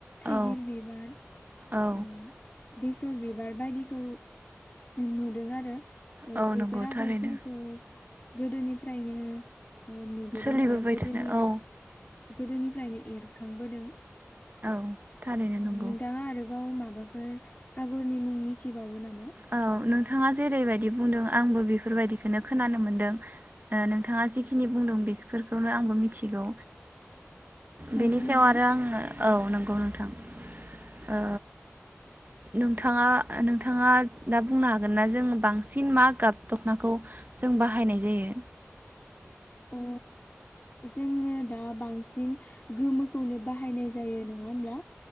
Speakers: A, on the left; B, on the right.
A: थाइगिर
B: औ
A: बिबार
B: औ
A: ओम बेसर बिबार बायदिखौ नुदों आरो। ओ
B: औ
A: बेफोर
B: नंगौ
A: आगरफोरखौ
B: थारैनो
A: गोदोनिफ्रायनो ओ नुबोदों
B: सोलिबोबाय
A: आरो गोदोनि
B: थानो औ
A: गोदोनिफ्रायनो एरखांबोदों।
B: औ थारैनो नंगौ
A: नोंथाङा आरोबाव माबा फोर आगरनि मुं मिथिबावो नामा?
B: औ नों नोंथाङा जेरैबायदि बुंदों आंबो बेफोरबायदि बेनो खोनानो मोनदों। नोंथाङा जिखिनि बुंदों बेफोरखौनो आंबो मिथिगौ।
A: नंगौ
B: बेनि सायाव
A: नोंथां
B: आरो आङो औ नंगौ नोंथां ओ नोंथाङा-नोंथाङा दा बुंनो हागोन ना जों बांसिन मा गाब दखनाखौ जों बाहायनाय जायो
A: ओ जोङो दा बांसिन गोमोखौनो बाहायनाय जायो नङा होमब्ला